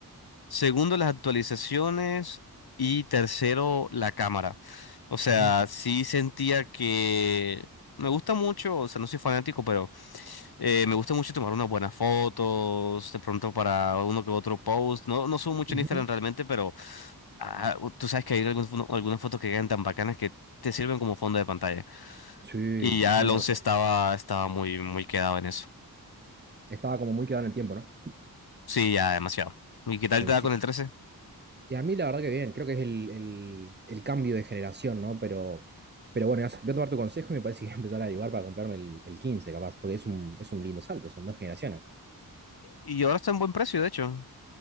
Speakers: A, on the left; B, on the right.
A: Segundo, las actualizaciones. Y tercero, la cámara. O sea,
B: Ujú,
A: sí sentía que... Me gusta mucho, o sea, no soy fanático, Eh, me gusta mucho tomar unas buenas fotos, de pronto para uno que otro post. No, no subo mucho
B: ujú.
A: en Instagram realmente, pero ah, tú sabes que hay algunas, fo- algunas fotos que quedan tan bacanas que te sirven como fondo de pantalla.
B: Sí,
A: Y ya
B: 100%.
A: el 11 estaba, estaba muy, muy quedado en eso.
B: Estaba como muy quedado en el tiempo, ¿no?
A: Sí, ya demasiado. ¿Y qué tal
B: Coincido.
A: te da con el trece
B: Y a mí la verdad que bien, creo que es el, el- el cambio de generación, ¿no? Pero, pero bueno, voy a tomar tu consejo y me parece que voy a empezar a averiguar para comprarme el, el 15 capaz, porque es un, es un lindo salto, son dos generaciones.
A: Y ahora está en buen precio, de hecho.